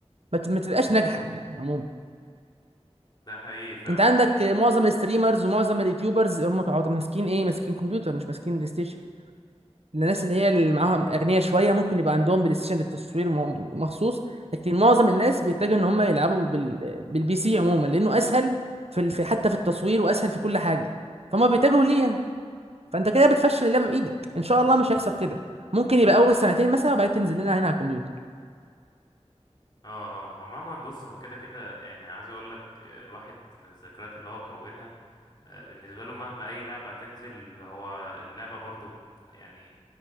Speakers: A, on the right; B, on the left.
A: ما بت- ما بتبقاش ناجحه يعني عموما
B: ده حقيقي فعلا
A: انت عندك معظم الستريمرز ومعظم اليوتيوبرز هم قاعدين ماسكين ايه ماسكين كمبيوتر مش ماسكين بلاي ستيشن الناس اللي هي اللي معاهم اغنياء شويه ممكن يبقى عندهم بلاي ستيشن للتصوير م- مخصوص لكن معظم الناس بيتجهوا ان هم يلعبوا بال... بالبي سي عموما لانه اسهل في ال... في حتى في التصوير واسهل في كل حاجه فهم بيتجهوا ليه يعني فانت كده بتفشل اللعبه بايدك ان شاء الله مش هيحصل كده ممكن يبقى اول سنتين مثلا وبعدين تنزل لنا عين على الكمبيوتر
B: اه اه عموما بص هو كده كده يعني عايز اقول لك آه، الواحد من الذكريات اللي هو كونها آه، بالنسبه له مهما اي لعبه هتنزل هو اللعبه برضو يعني